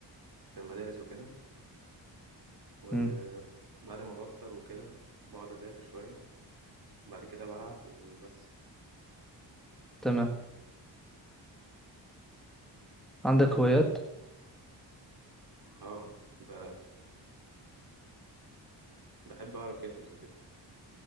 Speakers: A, on the right; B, in the centre.
A: في المدارس وكده وبعد
B: مم.
A: ما بفطر وكده بقعد اذاكر شويه وبعد كده بلعب وبس
B: تمام عندك هوايات
A: اه ب... بحب اقرا قصص وكده